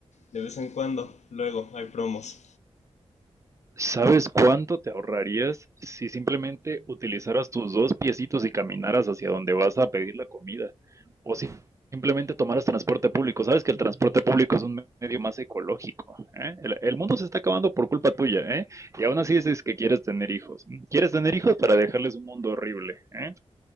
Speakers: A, on the left (about 80°); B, on the right (about 25°).
A: de vez en cuando. Luego hay promos.
B: ¿Sabes cuánto te ahorrarías si simplemente utilizaras tus dos piecitos y caminaras hacia donde vas a pedir la comida? O si simplemente tomaras transporte público. Sabes que el transporte público es un medio más ecológico, ¿eh? El, el mundo se está acabando por culpa tuya, ¿eh? Y aún así dices que quieres tener hijos. ¿Quieres tener hijos para dejarles un mundo horrible, ¿eh?